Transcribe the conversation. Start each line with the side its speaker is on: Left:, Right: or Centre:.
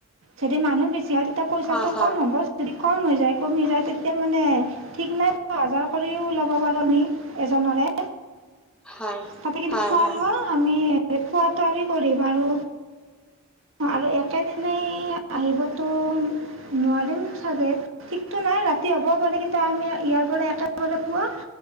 Right: যদি মানুহ বেচি হয়। এতিয়া পইচাটো
Centre: অ হয়
Right: কম হ'ব যদি কম হৈ যায় কমি যায় তেতিয়া মানে। ঠিক নাই প হাজাৰ কৰিও ল'ব পাৰোঁ আমি এজনৰে!
Centre: হয়!
Right: তাতে কিন্তু
Centre: হয়
Right: খোৱা
Centre: হয়
Right: লোৱা আমি খোৱাটো আমি কৰিম আৰু আৰু একেদিনাই আহিবতো নোৱাৰিম চাগে! ঠিকতো নাই ৰাতি হ'বও পাৰে কিন্তু আমি ইয়াৰ পৰা একেবাৰে পুৱা।